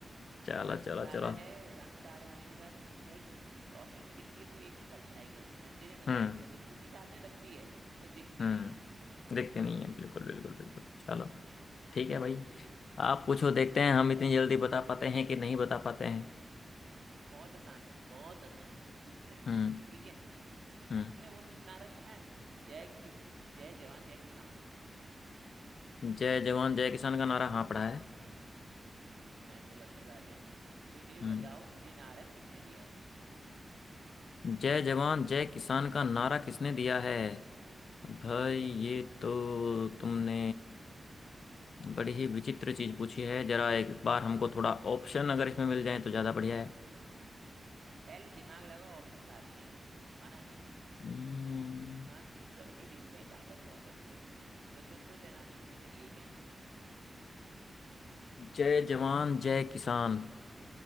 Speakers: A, on the left; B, on the right.
A: चलो
B: रंग
A: चलो
B: काला
A: चलो
B: है रंग काले होने के साथ उसकी भाई सिर्फ रोशनी में दिखती है तो वो एक तो परछाई है अंधेरे में
A: हम्म
B: गायब हो जाती होती साथ में तब भी है बस दिखती
A: हम्म
B: नहीं है
A: देखते नहीं है बिल्कुल बिल्कुल बिल्कुल चलो
B: हम्म
A: ठीक है भाई आप पूछो देखते हैं हम इतनी जल्दी बता पाते हैं कि नहीं बता पाते हैं
B: बहुत आसान है बहुत आसान पूछते हैं
A: हम्म
B: ठीक है
A: हम्म
B: तुमने वो नारा सुना है जय किसान जय जवान जय किसान
A: जय जवान जय किसान का नारा हाँ पढ़ा है
B: सुना है चलो अच्छी बात है तो ये
A: हम्म
B: बताओ ये नारा किसने दिया है
A: जय जवान जय किसान का नारा किसने दिया है भाई
B: बिल्कुल
A: ये तो तुमने बड़ी ही विचित्र चीज पूछी है जरा एक बार हमको थोड़ा ऑप्शन अगर इसमें मिल जाए तो ज्यादा बढ़िया है
B: पहले दिमाग लगाओ ऑप्शन बाद में देंगे मना नहीं है
A: हम्म,
B: दिमाग की प्रवृत्ति देखते हैं कहाँ तक पहुंच सकते हो स्वतंत्र सेनानियों में से एक है
A: जय जवान जय किसान